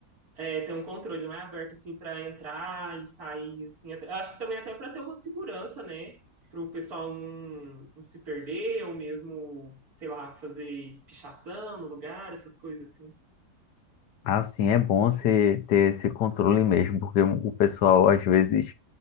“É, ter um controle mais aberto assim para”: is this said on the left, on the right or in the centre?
Right